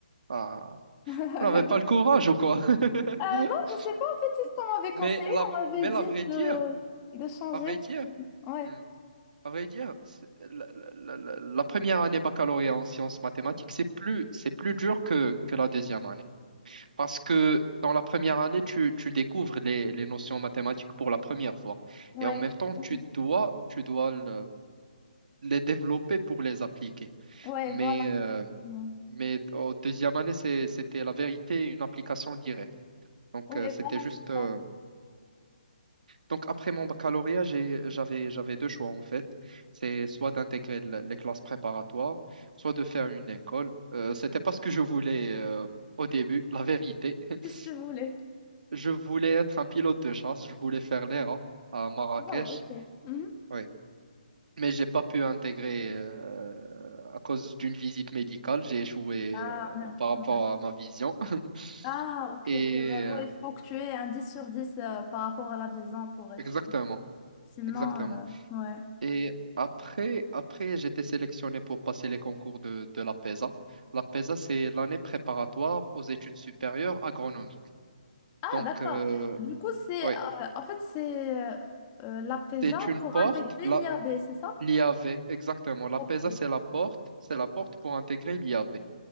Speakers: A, on the right; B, on the left.
A: Ah,
B: <laughs>
A: on n'avait pas le courage ou quoi? <laughs>
B: Euh, non, je sais pas, en fait, c'est ce qu'on m'avait conseillé.
A: Mais la,
B: On m'avait
A: mais
B: dit
A: la vraie dire,
B: de, de changer.
A: à vrai
B: parce
A: dire,
B: que- Ouais,
A: hmm, à vrai dire, c'est- la, la- la- la première année baccalauréat en sciences mathématiques, c'est plus, c'est plus dur que, que la deuxième année. Parce que dans la première année, tu, tu découvres les, les notions mathématiques pour la première fois.
B: ouais,
A: Et en même temps,
B: exactement.
A: tu dois, tu dois le- les développer pour les appliquer.
B: ouais,
A: Mais
B: voilà,
A: euh,
B: exactement.
A: Mais au deuxième année, c'est- c'était la vérité, une application directe. Donc,
B: Ouais,
A: euh, c'était
B: voilà,
A: juste.
B: c'est
A: euh,
B: ça.
A: Donc, après mon baccalauréat, j'ai- j'avais, j'avais deux choix, en fait. C'est soit d'intégrer le- les classes préparatoires, soit de faire une école. Euh, c'était pas ce que je voulais euh, au début, la vérité. <laughs>
B: Qu'est-ce que tu voulais?
A: Je voulais être un pilote de chasse, je voulais faire l'ERA à Marrakech.
B: Non, ok. Mhm.
A: Oui. mais j'ai pas pu intégrer euh, à cause d'une visite médicale. J'ai échoué
B: Ah,
A: euh,
B: merde.
A: par rapport
B: ouais.
A: à ma vision. <laughs>
B: Ah, ok,
A: Et
B: ok. ouais, ouais,
A: euh,
B: il faut que tu aies un 10 sur 10 euh, par rapport à la vision pour être.
A: exactement,
B: Sinon,
A: exactement.
B: euh, ouais.
A: Et après, après j'ai été sélectionné pour passer les concours de, de la PESA. La PESA, c'est l'année préparatoire aux études supérieures agronomiques.
B: Ah,
A: Donc,
B: d'accord.
A: euh,
B: Du coup, c'est
A: oui,
B: euh, en fait, c'est euh, euh, la PESA
A: c'est une
B: pour
A: porte,
B: intégrer
A: la,
B: l'IAV, c'est ça?
A: l'IAV, exactement. La
B: Ok.
A: PESA, c'est la porte, c'est la porte pour intégrer l'IAV.